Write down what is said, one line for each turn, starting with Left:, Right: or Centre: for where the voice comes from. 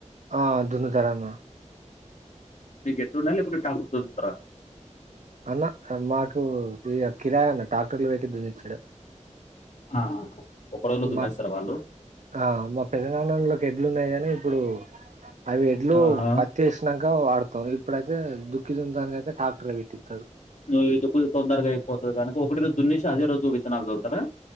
Right: ఆ దున్ను తారన్న
Left: అంటే గేట్టునాయ్ లేకుంటే ట్రాక్టర్ తో దుప్తార
Right: అన్న మాకు ఈ కిరాయా అన్న ట్రాక్టర్లు పెట్టి దున్నిచ్చుడే
Left: ఆహా ఒక రోజులో దున్నేస్తారా
Right: మా
Left: వాళ్ళు
Right: ఆ మా పెదనాన్నోలకి ఎడ్లు ఉన్నాయి గానీ ఇప్పుడు అవి ఎడ్లు
Left: ఆహా
Right: పత్తి వేసినంక వాడతాం ఇప్పుడైతే దుక్కితందానిక అయితే ట్రాక్టరే పెట్టిత్తారు
Left: నువ్ ఇటు పోయ్ తొందరగా అయిపోతది కనుక ఒకటి ర దున్నేసి అదే రోజు విత్తనాలు జల్లుతారా